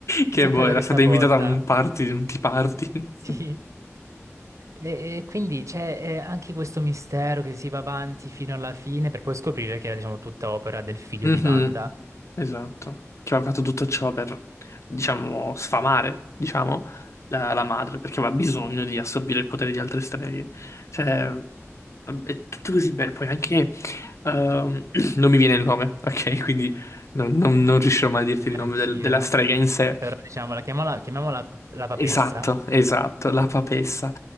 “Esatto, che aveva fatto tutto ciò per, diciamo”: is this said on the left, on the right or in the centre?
Left